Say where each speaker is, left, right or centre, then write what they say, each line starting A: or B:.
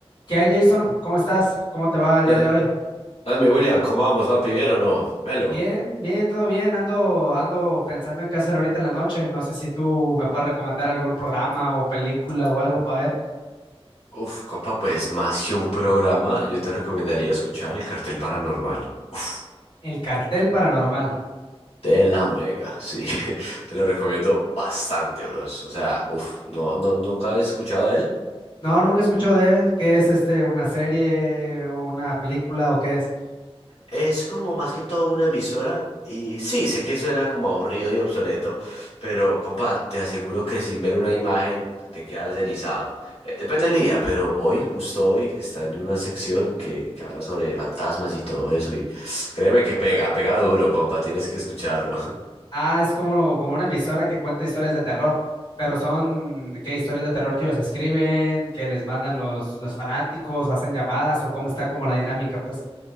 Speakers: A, on the left (about 50°); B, on the left (about 85°).
A: ¿Qué hay, Jason? ¿Cómo estás? ¿Cómo te va el día
B: Eh,
A: de hoy?
B: Dame, William, ¿cómo vamos, papi? ¿Bien o no? Melo.
A: Bien, bien, todo bien. Ando, ando pensando en qué hacer ahorita en la noche. No sé si tú me puedes recomendar algún programa o película o algo para ver.
B: Uf, copa, pues más que un programa, yo te recomendaría escuchar El Cartel Paranormal. Uf,
A: El Cartel Paranormal.
B: de la mega, sí. <laughs> Te lo recomiendo bastante, bros. O sea, uf, no, no, nunca he escuchado de él,
A: No, nunca he escuchado de él. ¿Qué es este? ¿Una serie o una película o qué es?
B: Es como más que todo una emisora y sí, sé que suena como aburrido y obsoleto, pero compa, te aseguro que sin ver una imagen te quedas erizado. Eh, depende del día, pero hoy, justo hoy, están en una sección que, que habla sobre fantasmas y todo eso y créeme que pega, pega duro, compa, tienes que escucharlo.
A: Ah, es como, como una emisora que cuenta historias de terror. Pero son, ¿qué? Historias de terror que ellos escriben, que les mandan los, los fanáticos o hacen llamadas o cómo está como la dinámica, pues.